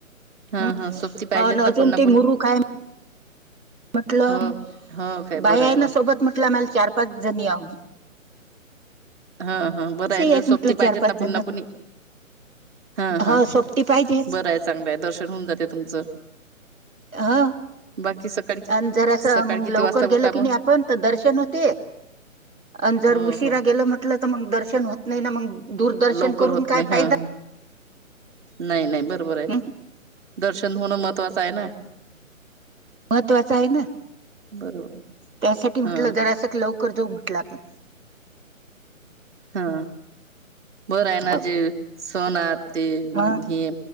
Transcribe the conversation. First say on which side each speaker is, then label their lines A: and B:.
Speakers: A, on the right (about 55°); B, on the right (about 80°).
A: हा
B: ह्
A: हा सोबती पाहिजेच
B: अ
A: ना
B: अजून
A: कोणी ना
B: ते
A: कोणी
B: मुरू काय म्हटलं
A: हो हो काय
B: बाई
A: बरं
B: आहे
A: मग
B: ना सोबत म्हटलं आम्हाला चार पाच जणी हाव आम्ही.
A: हा हा बरं
B: आहेत
A: आहे सोपती
B: म्हटलं चार
A: पाहिजेत
B: पाच
A: ना
B: जण
A: कुणी ना कुणी. हा हा
B: हो सोबती पाहिजेच
A: बरं आहे चांगलंय दर्शन होऊन जातय तुमचं.
B: हा
A: बाकी सकाळी कि
B: अनं जरासं
A: सकाळी
B: मंग
A: किती
B: लवकर
A: वाजता उठा
B: गेल
A: मग
B: की नाय आपण त दर्शन होते. अनं जर
A: हो
B: उशिरा
A: हो
B: गेलं म्हटलं तर मग दर्शन होत नाही ना मंग दूरदर्शन
A: लवकर
B: करून
A: होत
B: काय
A: नाही हा
B: फायदा
A: हा नाही नाही बरोबर आहे
B: हं,
A: दर्शन होणं महत्वाचं आहे ना.
B: महत्त्वाच हाय ना.
A: बरोबर.
B: त्यासांठी म्हटलं
A: हा
B: जरा असं लवकर जाऊं म्हटलं आपणं
A: हा बरं आहे
B: हो
A: ना जे संन नांत ते
B: हं,
A: हे